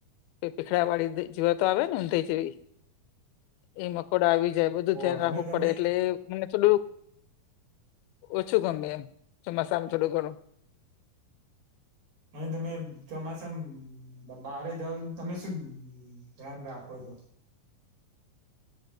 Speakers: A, on the left; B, on the right.
A: પીખડા વાડી જીવા તો આવે ને હું થઈ જવી. એ મકોડા આવી જાય. બધું
B: હો
A: ધ્યાન રાખવું
B: અને તમે
A: પડે એટલે. મને થોડું ઓછું ગમે એમ. ચોમાસામાં થોડું ઘણું.
B: અને તમે ચોમાસામાં બહાર જઓ, તમે શું ધ્યાન રાખો છો?